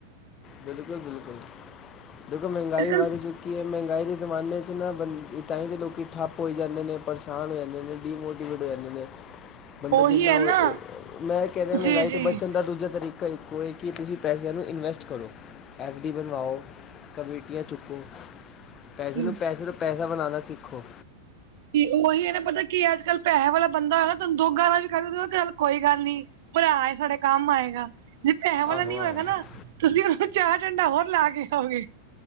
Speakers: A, on the left; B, on the right.
A: ਬਿਲਕੁਲ- ਬਿਲਕੁਲ ਦੇਖੋ ਮਹਿੰਗਾਈ
B: ਅੱਜ ਕੱਲ੍ਹ
A: ਵੀ ਚੁੱਕੀ ਹੈ, ਮਹਿੰਗਾਈ ਦੀ ਜ਼ਮਾਨੇ 'ਚ ਨਾ ਤਾਂ ਹੀ ਤਾਂ ਲੋਕ ਠੱਪ ਹੋ ਜਾਂਦੇ ਨੇ, ਪਰੇਸ਼ਾਨ ਹੋ ਜਾਂਦੇ ਨੇ, ਡੀਮੋਟੀਵੇਟ ਹੋ ਜਾਂਦੇ ਨੇ। ਬੰਦਾ
B: ਉਹੀ
A: ਜਿੰਨਾ
B: ਹੈ
A: ਉਹ
B: ਨਾ
A: ਮੈਂ ਕਹਿ ਰਿਹਾ ਮਹਿੰਗਾਈ
B: ਜੀ ਜੀ
A: ਤੋਂ ਬਚਣ ਦਾ ਦੂਜਾ ਤਰੀਕਾ ਹੀ ਕੋਈ ਕਿ ਤੁਸੀਂ ਪੈਸਿਆਂ ਨੂੰ ਇਨਵੈਸਟ ਕਰੋ। ਐੱਫ ਡੀ ਬਣਵਾਓ, ਕਮੇਟੀਆਂ ਚੁੱਕੋ, ਪੈਸੇ
B: ਜੀ
A: ਨੂੰ ਪੈਸੇ ਤਾਂ ਪੈਸਾ ਬਣਾਉਣਾ ਸਿੱਖੋ।
B: ਤੇ ਉਹੀ ਇਹਨੇ ਪਤਾ ਕੀ ਅੱਜ ਕੱਲ੍ਹ ਪੈਸੇ ਵਾਲਾ ਬੰਦਾ ਹੈ ਨਾ ਤੁਹਾਨੂੰ ਦੋ ਗਾਲਾਂ ਵੀ ਕਢ ਲੇ ਚੱਲ ਕੋਈ ਗੱਲ ਨੀ। ਭਰਾ ਆ ਸਾਡੇ ਕੰਮ ਆਏਗਾ। ਜੇ ਪੈਸਿਆਂ ਵਾਲਾ
A: ਆਹੋ
B: ਨੀ
A: ਆਹੋ
B: ਹੋਏਗਾ ਨਾ, ਤੁਸੀਂ ਉਹ ਚਾਰ ਚੰਡਾ ਹੋਰ ਲਾ ਕੇ ਆਓਗੇ